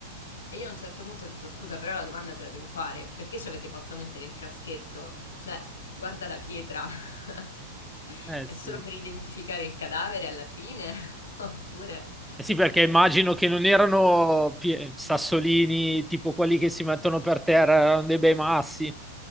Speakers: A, on the left; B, in the centre.
A: E io a un certo punto ho detto, scusa, però la domanda te la devo fare, perché ci avete fatto mettere il caschetto? Cioè, guarda la pietra, <laughs>
B: Eh
A: è
B: sì.
A: solo per identificare il cadavere alla fine? <laughs> Oppure...
B: Eh sì, perché immagino che non erano pie- sassolini tipo quelli che si mettono per terra, erano dei bei massi.